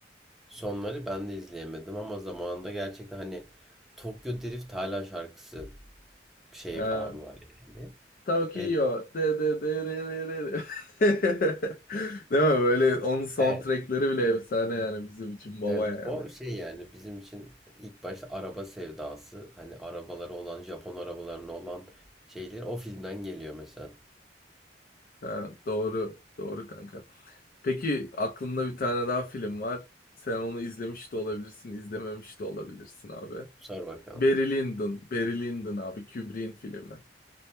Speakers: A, in the centre; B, on the left.
A: Sonları ben de izleyemedim ama zamanında gerçekten hani Tokyo Drift hala şarkısı şeyi
B: Ee,
A: falan var yani.
B: Tokyo.
A: Ve
B: De de de de de de. de. <laughs> Değil mi? Böyle onun soundtrackleri
A: evet,
B: bile efsane yani bizim için baba
A: Evet,
B: yani.
A: o şey yani bizim için ilk başta araba sevdası hani arabaları olan Japon arabalarının olan şeyler o filmden geliyor mesela.
B: Ha, doğru. Doğru kanka. Peki aklımda bir tane daha film var. Sen onu izlemiş de olabilirsin, izlememiş de olabilirsin abi.
A: Sor bakalım.
B: Barry Lyndon. Barry Lyndon abi. Kubrick'in filmi.